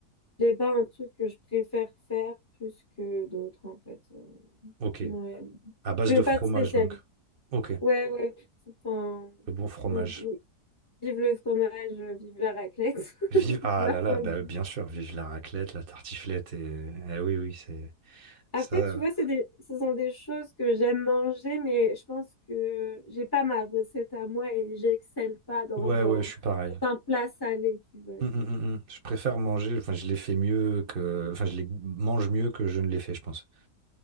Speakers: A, on the left; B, on the right.
A: j'ai pas un truc que je préfère faire plus que d'autres, en fait. Euh,
B: ok.
A: ouais.
B: À base
A: Je
B: de
A: veux
B: fromage,
A: pas de spécialité.
B: donc. Ok,
A: Ouais, ouais, enfin,
B: le bon fromage.
A: ouais, ouais. vive le fromage, vive la raclette, <laughs>
B: Vive,
A: vive
B: ah
A: la
B: là là,
A: fondue.
B: bah, bien sûr, vive la raclette, la tartiflette, et, eh oui, oui, c'est
A: Après,
B: ça.
A: tu vois, c'est des, ce sont des choses que j'aime manger, mais je pense que j'ai pas ma recette à moi et j'excelle pas dans
B: Ouais, ouais,
A: un,
B: je suis pareil.
A: dans un plat salé, tu vois.
B: Mm, mm,
A: je-
B: mm, mm. Je préfère manger, enfin je les fais mieux que, enfin je les mange mieux que je ne les fais, je pense.